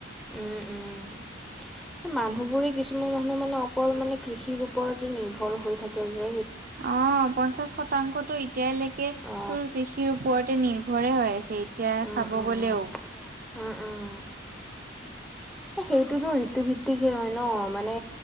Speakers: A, in the centre; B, on the right.
A: সেই মানুহবোৰেই কিছুমান মানুহ মানে অকল মানে। কৃষিৰ ওপৰতে নিৰ্ভৰ হৈ থাকে যে সেই,
B: অ পঞ্চাশ শতাংশটো এতিয়ালৈকে
A: অ
B: তোৰ কৃষিৰ ওপৰতে নিৰ্ভ ঘৰে হৈ আছে এতিয়া
A: উম
B: চাব
A: উম
B: গ'লেও,
A: উম উম, এ সেইটোতো ঋতু ভিত্তিকহে হয় ন মানে